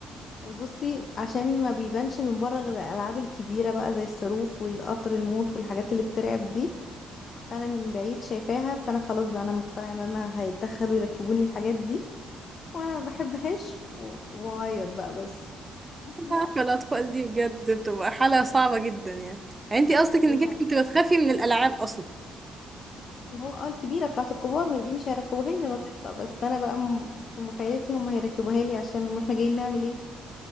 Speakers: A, on the left; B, on the right.
A: بصي عشان ما بيبانش من بره غير الالعاب الكبيره بقى زي الصاروخ والقطر الموت والحاجات اللي بترعب دي فانا من بعيد شايفاها فانا خلاص بقى انا مقتنعه ان انا هيتدخلوا يركبوني الحاجات دي وانا ما بحبهاش و- واعيط بقى بس
B: انا
A: هو
B: عارفه الاطفال دي بجد بتبقى حاله صعبه جدا يعني يعني انت قصدك انك
A: دي
B: انت
A: كارثه
B: كنت بتخافي من الالعاب اصلا
A: اللي هو اه الكبيرة بتاعة الكبار وهي دي مش هيركبوها لي انا طفلة بس انا بقى م- في مخيلتي هم هيركبوها لي عشان ما احنا جايين نعمل ايه